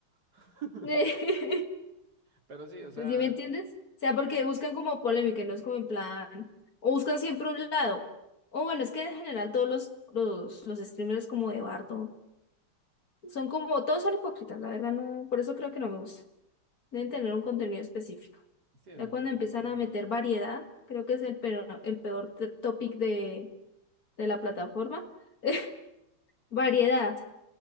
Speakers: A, on the right (about 55°); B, on the left (about 50°).
A: <laughs>
B: <laughs> ¿Sí
A: Pero sí, o sea,
B: me entiendes? O sea, porque buscan como polémica, y no es como en plan, o buscan siempre un lado. O bueno, es que en general todos los, los, los streamers como de Bardo son como, todos son hipócritas, la verdad no, por eso creo que no me gusta. Deben
A: mm,
B: tener un contenido específico.
A: sí es
B: Ya
A: entendible
B: cuando empiezan
A: todo.
B: a meter variedad, creo que es el peor, el peor t- topic de, de la plataforma. <laughs> Variedad.